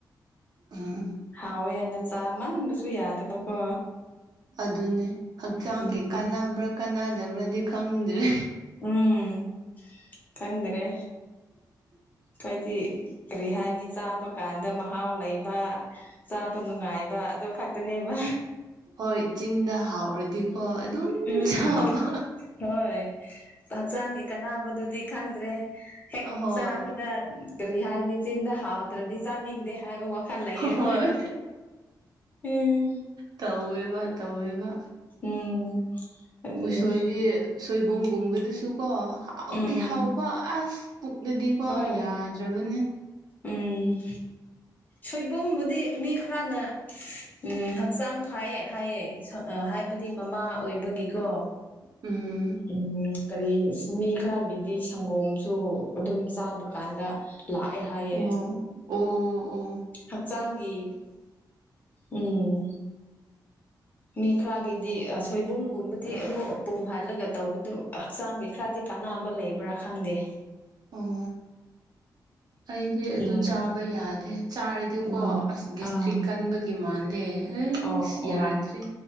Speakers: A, on the right; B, on the left.
A: ꯎꯝ
B: ꯍꯥꯎꯑꯣ ꯌꯥꯏꯅ ꯆꯥꯃꯟꯕꯁꯨ ꯌꯥꯗꯕꯀꯣ
A: ꯑꯗꯨꯅꯦ ꯍꯛꯆꯥꯡꯒꯤ
B: ꯎꯝ
A: ꯀꯥꯟꯅꯕ꯭ꯔꯥ ꯀꯥꯟꯅꯗꯕ꯭ꯔꯥꯗꯤ ꯈꯪꯗ꯭ꯔꯦ
B: ꯎꯝ ꯈꯪꯗ꯭ꯔꯦ
A: <unintelligible>
B: ꯍꯥꯏꯋꯥꯗꯤ ꯀꯔꯤ ꯍꯥꯏꯅꯤ ꯆꯥꯕ ꯀꯥꯟꯗ ꯃꯍꯥꯎ ꯂꯩꯕ ꯆꯥꯕ ꯅꯨꯡꯉꯥꯏꯕ ꯑꯗꯨ ꯈꯛꯇꯅꯦꯕ
A: ꯍꯣꯏ ꯆꯤꯟꯗ ꯍꯥꯎꯔꯗꯤꯀꯣ ꯑꯗꯨꯝ
B: ꯎꯝ
A: ꯆꯕ
B: ꯍꯣꯏ ꯍꯛꯆꯥꯡꯒꯤ ꯀꯅꯥꯕꯗꯨꯗꯤ ꯈꯪꯗ꯭ꯔꯦ ꯍꯦꯛ
A: ꯍꯣꯏ
B: ꯆꯥꯕꯗ ꯀꯔꯤ ꯍꯥꯏꯅꯤ ꯆꯤꯟꯗ ꯍꯥꯎꯗ꯭ꯔꯗꯤ ꯆꯥꯅꯤꯡꯗꯦ ꯍꯥꯏꯕ ꯋꯥꯈ ꯐꯜ ꯂꯏ ꯏꯃ
A: ꯍꯣꯏ
B: ꯎꯝ
A: ꯇꯧꯋꯦꯕ ꯇꯧꯋꯦꯕ
B: ꯎꯝ ꯑꯗꯨꯅꯦ
A: ꯎꯁꯣꯏꯗꯤ ꯁꯣꯏꯕꯨꯝꯒꯨꯝꯕꯗꯨꯁꯨ ꯀꯣ ꯍꯥꯎꯗꯤ
B: ꯎꯝ
A: ꯍꯥꯎꯕ ꯑꯁ ꯄꯨꯛꯅꯗꯤꯀꯣ
B: ꯍꯣꯏ
A: ꯌꯥꯗ ꯆꯒꯅꯤ
B: ꯎꯝ ꯁꯣꯏꯕꯝꯕꯨꯗꯤ ꯃꯤ ꯈꯔꯅ ꯎ ꯍꯛꯆꯥꯡ ꯐꯥꯏꯌꯦ ꯍꯥꯏꯌꯦ ꯍꯥꯏꯕꯗꯤ ꯃꯃꯥ ꯑꯣꯏꯕꯒꯤꯀꯣ
A: ꯎꯝ
B: ꯎꯝ ꯀꯔꯤ ꯃꯤ ꯈꯔꯒꯤꯗꯤ ꯁꯪꯒꯣꯝꯁꯨ ꯑꯗꯨꯝ ꯆꯥꯕ ꯀꯥꯟꯗ ꯂꯥꯛꯑꯦ ꯍꯥꯏꯌꯦ
A: ꯎꯝ ꯎꯝ ꯎꯝ
B: ꯍꯛꯆꯥꯡꯒꯤ ꯎꯝ ꯃꯤ ꯈꯔꯒꯤꯗꯤ ꯁꯣꯏꯕꯨꯝꯒꯨꯝꯕꯗꯤ ꯑꯃꯨꯛ ꯄꯣꯝ ꯍꯥꯜꯂꯒ ꯇꯧꯕꯗ ꯍꯛꯆꯥꯡꯗꯤ ꯈꯔꯗꯤ ꯀ ꯑꯅꯥꯕ ꯂꯩꯕ꯭ꯔꯥ ꯈꯪꯗꯦ
A: ꯑꯣ ꯑꯩꯗꯤ ꯑꯗꯨ
B: ꯎꯝ
A: ꯆꯥꯕ ꯌꯥꯗꯦ ꯆꯥꯔꯤꯗꯤꯀꯣ
B: ꯎꯝ
A: ꯑꯁꯒꯤ
B: ꯑꯥ
A: ꯏꯁꯇ꯭ꯔꯤꯛ ꯀꯟꯕꯒꯤ ꯃꯥꯜꯂꯦ ꯑ
B: ꯑꯣ ꯑꯣ
A: ꯌꯥꯗ꯭ꯔꯦ